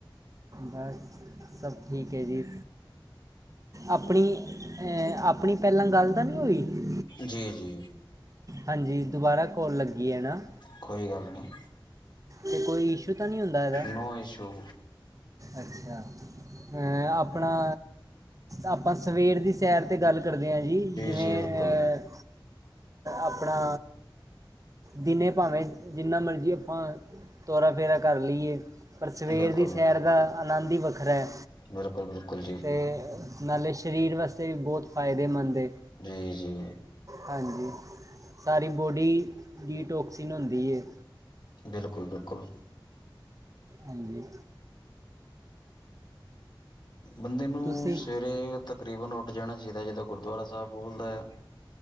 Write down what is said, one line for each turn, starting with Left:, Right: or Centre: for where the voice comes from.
Right: ਬਸ ਸਭ ਠੀਕ ਏ ਜੀ। ਅਪਣੀ ਅ ਆਪਣੀ ਪੈਲਾਂ ਗਲ ਤਾਂ ਨੀ ਹੋਈ?
Left: ਜੀ-ਜੀ।
Right: ਹਾਂਜੀ ਦੁਬਾਰਾ ਕੋਲ ਲੱਗੀ ਐ ਨਾ।
Left: ਕੋਈ ਗੱਲ ਨੀ।
Right: ਤੇ ਕੋਈ ਇਸ਼ੂ ਤਾਂ ਨੀ ਹੁੰਦਾ ਏਦਾ?
Left: ਨੋ ਇਸ਼ੂ
Right: ਅੱਛਾ, ਅ ਅਪਣਾ ਆਪਾਂ ਸਵੇਰ ਦੀ ਸੈਰ ਤੇ ਗੱਲ ਕਰਦੇ ਆਂ ਜੀ ਜਿਵੇਂ
Left: ਜੀ ਬਿਲਕੁਲ
Right: ਅਪਣਾ ਦਿਨੇ ਭਾਵੇਂ ਜਿੰਨਾ ਮਰਜੀ ਆਪਾਂ ਤੋਰਾ ਫੇਰਾ ਕਰ ਲਈਏ ਪਰ ਸਵੇਰ
Left: ਬਿਲਕੁਲ
Right: ਦੀ ਸੈਰ ਦਾ ਆਨੰਦ ਈ ਵੱਖਰਾ ਐ।
Left: ਬਿਲਕੁਲ, ਬਿਲਕੁਲ ਜੀ।
Right: ਤੇ ਨਾਲੇ ਸਰੀਰ ਵਾਸਤੇ ਬਹੁਤ ਫਾਇਦੇਮੰਦ ਏ।
Left: ਜੀ-ਜੀ।
Right: ਹਾਂਜੀ, ਸਾਰੀ ਬੋਡੀ, ਡੀ ਟੋਕਸੀਨ ਹੁੰਦੀ ਏ।
Left: ਬਿਲਕੁਲ-ਬਿਲਕੁਲ।
Right: ਹਾਂਜੀ।
Left: ਬੰਦੇ ਨੂੰ
Right: ਤੁਸੀਂ
Left: ਸਵੇਰੇ ਤਕਰੀਬਨ ਉੱਠ ਜਾਣਾ ਚਾਹੀਦਾ ਜਦੋਂ ਗੁਰਦੁਆਰਾ ਸਾਹਿਬ ਬੋਲਦਾ।